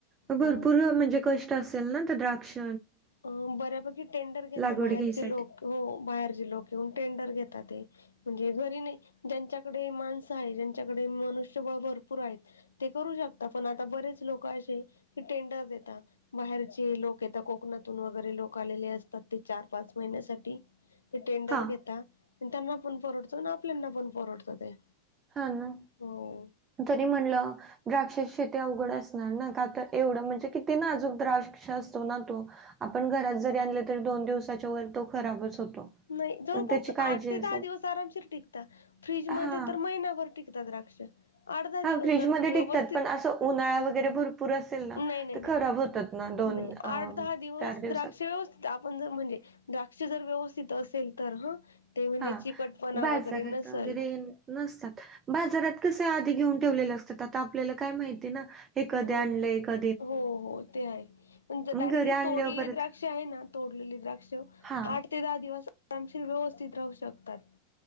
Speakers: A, on the right; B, on the left.
A: म
B: हो
A: भरपूर म्हणजे कष्ट असेल ना तर द्राक्ष
B: अ बऱ्यापैकी टेंडर घेता
A: लागवड
B: बाहेरचे
A: घ्यायसाठी?
B: लोकं हो बाहेरचे लोकं येऊन टेंडर घेता ते. म्हणजे घरी नाही ज्यांच्याकडे माणसं आहे ज्यांच्याकडे मनुष्यबळ भरपूर आहेत ते करू शकता पण आता बरेच लोकं असे टेंडर्स येतात बाहेरचे लोक येतात को कोकणातून वगैरे लोकं आलेले असतात ते चार-पाच महिन्यासाठी ते टेंडर
A: हा.
B: घेता त्यांना पण परवडतो ना आपल्याना पण परवडतो ते.
A: हा ना.
B: हो
A: तरी म्हणलं द्राक्ष शेती अवघड असणार ना का तर एवढं म्हणजे किती नाजूक द्राक्ष असतो ना तो आपण घरात जरी आणले तरी दोन दिवसाच्या वर तो खराबच होतो
B: नाही जवळपास
A: पण त्याची काळजी
B: आठ ते
A: असेल
B: दहा दिवस आरामशीर टिकता फ्रीज
A: हा
B: म तर महिनाभर टिक किता द्राक्ष आठ दहा दिवस
A: हा फ्रीजमध्ये
B: जर व्यवस्थित
A: टिकतात पण असं उन्हाळा
B: हम्म
A: वगैरे भरपूर असेल ना
B: नाही नाही
A: तर
B: नाही
A: खराब होतात. ना दोन
B: नाही
A: अ
B: आठ दहा दिवस
A: चार दिवसात
B: द्राक्ष व्यवस्थित आपण जर म्हणजे द्राक्ष जर व्यवस्थित असेल तर ह ते म्हणजे
A: हा
B: चिकटपणा
A: बाजारात
B: वगैरे नसेल
A: वगैरे नसतात बाजारात कसे आधी घेऊन ठेवलेले असतात आता आपल्याला काय माहितीय ना. हे कधी
B: हो
A: आणलंय का
B: हो हो ते आहे म्हणजे
A: मग
B: डायरेक्टली
A: घरी आणल्यावर
B: तोडलेली
A: परत
B: द्राक्ष आहेत ना तोडलेली द्राक्ष
A: हा
B: आठ ते दहा दिवस आरामशीर व्यवस्थित राहू शकतात